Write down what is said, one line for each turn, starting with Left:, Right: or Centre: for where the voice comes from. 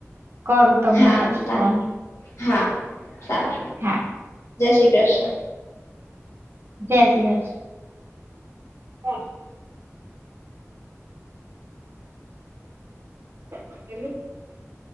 Right: કરું તમને
Left: હા
Right: પછી
Left: સારું
Right: ફોન
Left: હા સાર
Right: હા
Left: જય શ્રી કૃષ્ણ
Right: જય શ્રી કૃષ <inaudible> <inaudible>